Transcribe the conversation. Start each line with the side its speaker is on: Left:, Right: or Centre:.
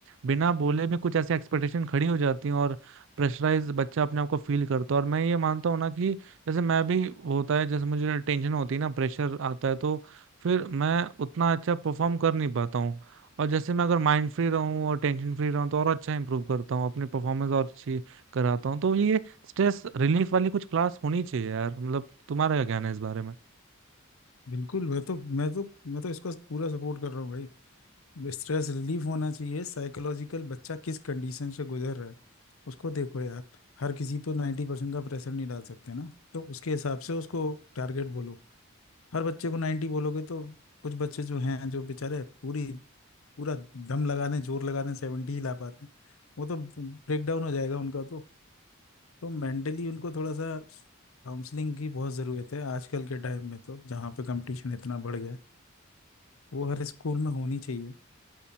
Right: बिना बोले भी कुछ ऐसे एक्सपेक्टेशन खड़ी हो जाती हैं और प्रेशराइज बच्चा अपने आप को फील करता है और मैं ये मानता हूँ ना कि जैसे मैं भी होता है जैसे मुझे टेंशन होती है ना प्रेशर आता है तो फिर मैं उतना अच्छा परफॉर्म कर नहीं पाता हूँ और जैसे मैं अगर माइंड फ्री रहूँ और टेंशन फ्री रहूँ तो और अच्छा इंप्रूव करता हूँ अपनी परफॉर्मेंस और अच्छी कराता हूँ तो ये स्ट्रेस रिलीफ वाली कुछ क्लास होनी चाहिए यार मतलब तुम्हारा क्या कहना है इस बारे में
Left: बिल्कुल मैं तो मैं तो मैं तो इसको पूरा सपोर्ट कर रहा हूँ भाई स्ट्रेस रिलीफ होना चाहिए साइकोलॉजिकल बच्चा किस कंडीशन से गुजर रहा है उसको देखो यार हर किसी पर नाइन्टी परसेंट का प्रेशर नहीं डाल सकते ना तो उसके हिसाब से उसको टारगेट बोलो हर बच्चे को 90 बोलोगे तो कुछ बच्चे जो हैं जो बेचारे पूरी पूरा दम लगा दें जोर लगा दें 70 ही ला पाते हैं वो तो ब्रेक डाउन हो जाएगा उनका तो तो मेंटली उनको थोड़ा सा काउंसलिंग की बहुत ज़रूरत है आजकल के टाइम में तो जहाँ पे कंपटीशन इतना बढ़ गया है वो हर स्कूल में होनी चाहिए